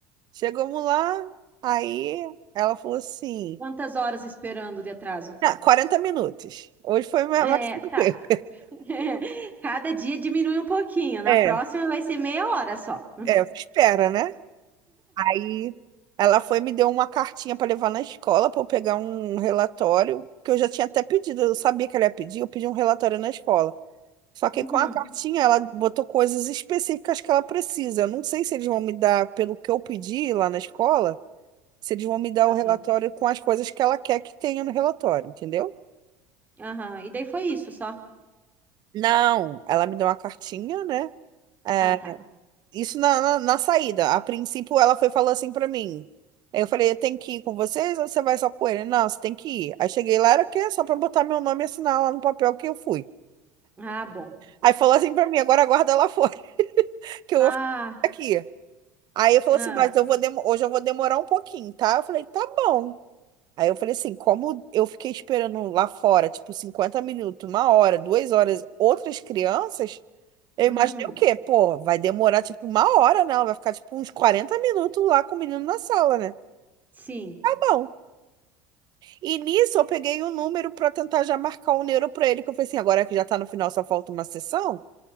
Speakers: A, on the right; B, on the right.
A: Chegamos lá, aí ela falou assim,
B: Quantas horas esperando de atraso?
A: ah, 40 minutos. Hoje foi mais
B: É,
A: mais tranquilo.
B: tá. <laughs> Cada dia diminui um pouquinho. Na
A: É,
B: próxima vai ser meia hora só.
A: é, espera, né? Aí ela foi e me deu uma cartinha para levar na escola para eu pegar um relatório, que eu já tinha até pedido, eu sabia que ela ia pedir, eu pedi um relatório na escola. Só
B: Uhum.
A: que com a cartinha ela botou coisas específicas que ela precisa. Eu não sei se eles vão me dar, pelo que eu pedi lá na escola, se eles vão me dar
B: Aham.
A: o relatório com as coisas que ela quer que tenha no relatório, entendeu?
B: Aham. E daí foi isso só.
A: Não, ela me deu uma cartinha, né? É,
B: Ah, tá.
A: Isso na, na, na saída. A princípio, ela foi falou assim pra mim. Aí eu falei, eu tenho que ir com vocês ou você vai só com ele? Não, você tem que ir. Aí cheguei lá, era o quê? Só pra botar meu nome e assinar lá no papel que eu fui.
B: Ah, bom.
A: Aí falou assim pra mim, agora aguarda ela fora, <laughs> que eu
B: Ah,
A: vou ficar aqui. Aí eu falei
B: ah.
A: assim, mas eu vou demo- hoje eu vou demorar um pouquinho, tá? Eu falei, tá bom. Aí eu falei assim, como eu fiquei esperando lá fora, tipo, 50 minutos, uma hora, duas horas, outras crianças, eu
B: Uhum.
A: imaginei o quê? Pô, vai demorar tipo uma hora, não. Vai ficar tipo uns 40 minutos lá com o menino na sala, né?
B: Sim.
A: Tá bom. E nisso eu peguei um número pra tentar já marcar um neuro pra ele, que eu falei assim, agora que já tá no final, só falta uma sessão,